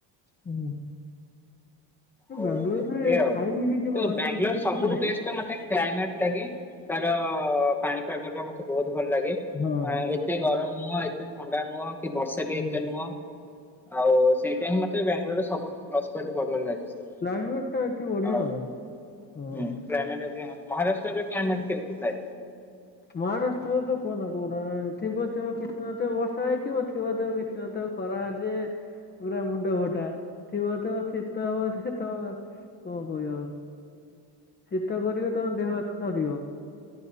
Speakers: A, on the left; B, in the centre.
A: ହୁଁ।
B: ହଉ
A: ବାଙ୍ଗାଲୋରରେ
B: ଏମତି ଆଉ
A: ଖାଇବି ହେଇଯିବ
B: ତ ବାଙ୍ଗାଲୋର
A: ସେମିତି କିଛି
B: ସବୁଠୁ
A: ନାହିଁ।
B: ବେଷ୍ଟ ମତେ ଟ୍ରେନାଟ ଲାଗେ। ତାର ପାଣିପାଗ ଟା ମତେ ବହୁତ ଭଲ ଲାଗେ
A: ହଁ
B: ଏତେ ଗରମ ମୁହଁ ଏତେ ଥଣ୍ଡା ନୁହଁ କି ବର୍ଷା ବି
A: ହଁ
B: ଏତେ ନୁହଁ ଆଉ ସେଇଟାଇ ମତେ ବାଙ୍ଗାଲୋରରେ ସବୁ। ପ୍ରସ ପଏଣ୍ଟ ଲାଗିଛି
A: କ୍ଲାଇମେଟ ଟା ଏଠି ବଢିଆ
B: ହଉ
A: ଆଉ
B: ହୁଁ
A: ହଁ।
B: କ୍ଳାଇନାଟ। ମହାରାଷ୍ଟ୍ରରେ କ୍ଳାଇନାଟ କେମିତି ଥାଏ।
A: ମହାରାଷ୍ଟ୍ରରେ ତ କୁହନା କୁହନା ଥିବ ଥିବ କିଛି ନଥିବ ବର୍ଷା ହେଇଥିବ ଥିବ ଥିବ କିଛି ନଥିବ ଖରା ଯେ। ପୁରା ମୁଣ୍ଡ ଫଟା ଥିବ ତିବ ଶୀତ ହଉଛି ତମ କଣ କହିବ ଆଉ। ଶୀତ କରିବ ତମ ଦେହ ହାତ ଥରିବ।